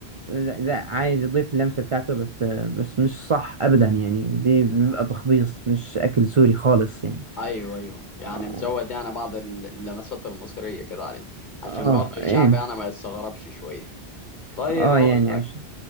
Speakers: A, on the right; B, on the left.
A: لا لا، عايز يضيف اللمسة بتاعته بس بس مش صح أبدا يعني دي بيبقى تخبيص مش أكل سوري خالص يعني
B: ايوه ايوه يعني
A: اه
B: مزود يعني بعض ال- اللمسات المصريه كده عليه عشان
A: اه
B: برضه الشعب
A: ايه
B: يعني ما يستغربش شويه طيب
A: اه
B: هقول
A: يعني
B: لك
A: عشان